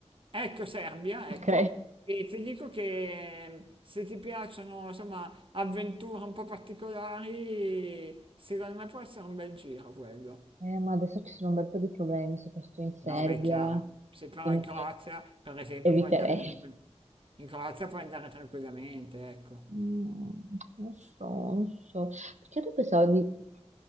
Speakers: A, on the right (about 50°); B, on the right (about 85°).
A: Ecco Serbia, ecco,
B: Ok.
A: e ti dico che ehm, se ti piacciono, insomma, avventure un po' particolari, secondo me può essere un bel giro quello.
B: Eh, ma adesso ci sono un bel po' di problemi, soprattutto in Serbia,
A: No, beh, è chiaro, se però
B: quindi
A: in Croazia, per esempio,
B: eviterei.
A: puoi andare tranquillamente. In Croazia puoi andare tranquillamente, ecco.
B: Mm, non so, non so. Perché io pensavo di...